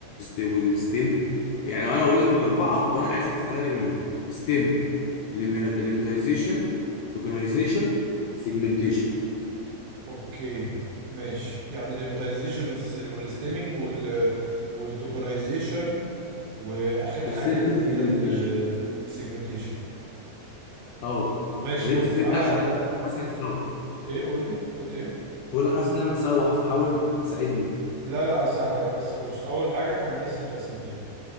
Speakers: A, on the left; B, on the right.
A: والستيم يعني انا اقول لك الاربعه وانا عايزك تفرق لي بينهم ستيم ليميتايزيشن توكنايزيشن سيجمنتيشن
B: اوكي ماشي يعني الليماتيزيشن والستيمنج وال والتوكنايزيشن واخر
A: والسنتم
B: حاجه اللي
A: سيجمنتيشن
B: هي السيجمنتيشن
A: اه
B: ماشي
A: يا ريت
B: بص
A: تفيدني
B: انا
A: عشان
B: انت
A: انا حاسس ان انا متسوح
B: ايه قول لي قلت ايه
A: بقول لك حاسس ان انا متسوح فحاول تساعدني
B: لا لا هساعدك بس بص اول حاجه احنا هنقسم تقسيمتين